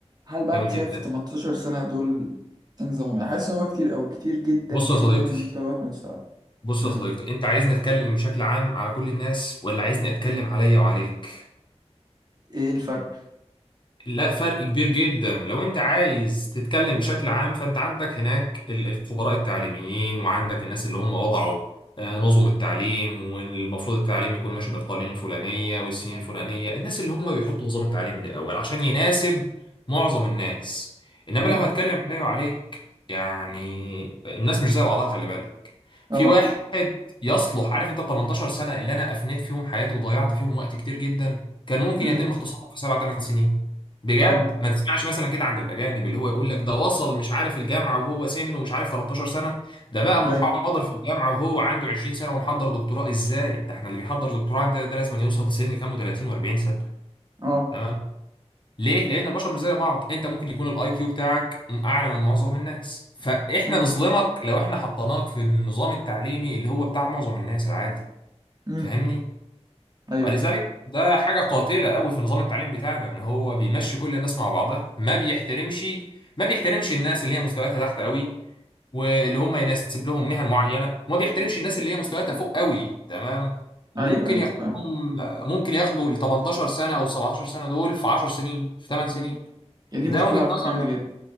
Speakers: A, on the right; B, on the left.
A: هل بقى
B: جميل
A: انت شايف
B: جدا
A: ال 18 سنة دول انظمهم يعني حاسس ان هو كتير قوي كتير جدا
B: بص
A: جدا
B: يا صديقي
A: ان انت لغاية ما تشتغل
B: بص
A: امم
B: يا صديقي انت عايزني اتكلم بشكل عام على كل الناس ولا عايزني اتكلم عليا وعليك
A: ايه الفرق
B: لا فرق كبير جدا لو انت عايز تتكلم بشكل عام فانت عندك هناك ال- الخبراء التعليميين وعندك الناس اللي هم وضعوا آه، نظم التعليم والمفروض التعليم يكون ماشي بالقوانين الفلانية والسنين الفلانية الناس اللي هم بيحطوا نظام التعليم من الأول عشان يناسب معظم الناس إنما
A: امم
B: لو هتكلم عليه وعليك يعني الناس مش زي بعضها خلي بالك
A: اه
B: في واحد يصلح عارف انت 18 سنة اللي انا افنيت فيهم حياتي وضيعت فيهم وقت كتير جدا كان ممكن
A: امم
B: يتم اختصاره في سبع ثمان سنين بجد
A: اه
B: ما تسمعش مثلا كده عند الاجانب اللي هو يقول لك ده وصل مش عارف الجامعه وهو سنه مش عارف 13 سنه ده بقى محاضر
A: ايوه
B: في الجامعه وهو عنده 20 سنه ومحضر دكتوراه ازاي ده احنا اللي بيحضر دكتوراه عندنا ده لازم يوصل في سن كام و30 و40 سنه
A: اه
B: تمام ليه لان البشر مش زي بعض انت ممكن يكون الاي كيو بتاعك اعلى من معظم الناس فاحنا
A: امم
B: نظلمك لو احنا حطيناك في النظام التعليمي اللي هو بتاع معظم الناس العادي
A: امم
B: فاهمني
A: ايوه
B: ولذلك ده حاجة قاتلة قوي في نظام التعليم بتاعنا ان هو بيمشي كل الناس مع بعضها ما بيحترمش ما بيحترمش الناس اللي هي مستوياتها تحت قوي واللي هم يناسب لهم مهن معينة وما بيحترمش الناس اللي هي مستوياتها فوق قوي تمام وممكن
A: ايوه ايوه
B: ياخدهم
A: فاهم
B: ممكن ياخدوا ال 18 سنة او 17 سنة دول في 10 سنين في 8 سنين
A: يا دي
B: ده
A: مشكلة
B: وجهة
A: على فكرة
B: نظر
A: جامدة
B: يعني
A: جدا